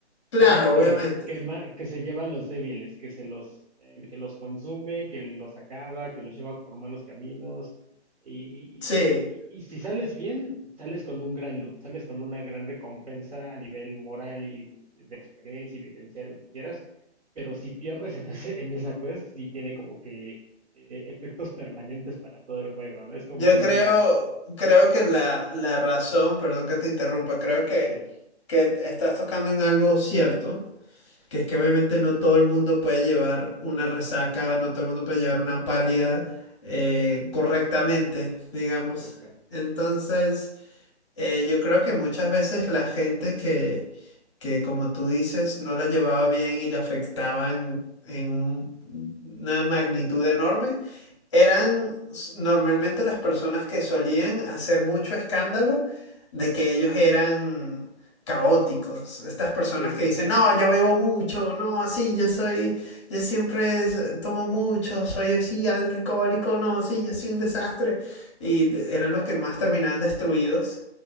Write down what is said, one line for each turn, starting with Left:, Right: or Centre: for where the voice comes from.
Left: Claro,
Right: Es una que
Left: obviamente.
Right: quema, que se lleva a los débiles, que se los, eh, que los consume, que los acaba, que los lleva por malos caminos. Y,
Left: Sí,
Right: y- y- y si sales bien, sales con un gran loot, sales con una gran recompensa a nivel moral y de experiencia y vivencial, lo que quieras. Pero si pierdes en ese, en esa quest, sí tiene como que eh, efectos permanentes para todo el juego, ¿no? Es como
Left: yo
Right: un...
Left: creo, creo que la, la razón, perdón que te interrumpa, creo que,
Right: Sí,
Left: que estás tocando en algo cierto que es que obviamente no todo el mundo puede llevar una resaca, no todo el mundo puede llevar una pálida eh, correctamente, digamos.
Right: exacto.
Left: Entonces... Eh, yo creo que muchas veces la gente que, que, como tú dices, no la llevaba bien y le afectaban en un- una magnitud enorme, eran s- normalmente las personas que solían hacer mucho escándalo de que ellos eran caóticos. Estas personas
Right: Sí, sí,
Left: que dicen,
Right: sí.
Left: no, yo bebo mucho, no, así, yo soy, yo siempre s- tomo mucho, soy así, alcohólico, no, sí, yo soy un desastre. Y de- eran los que más terminaban destruidos.